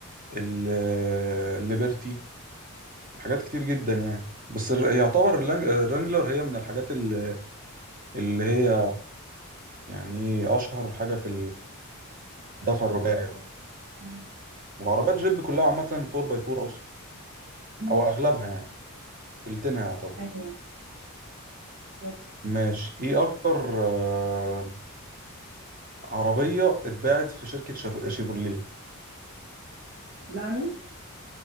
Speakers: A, on the right (about 40°); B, on the right (about 75°).
A: الليبرتي حاجات كتير جدا يعني بس الر- يعتبر اللانج- الرانجلر هي من الحاجات ال- اللي هي يعني اشهر حاجه في الدفع الرباعي
B: 4 باي 4 امم
A: وعربيات جيب كلها عامه 4 باي 4 اصلا
B: مم.
A: او اغلبها يعني تلتينها يعتبر
B: ايوه بالظبط
A: ماشي ايه
B: ماشي
A: اكتر آه، عربيه اتباعت في شركه شف- شيفروليه
B: لانوس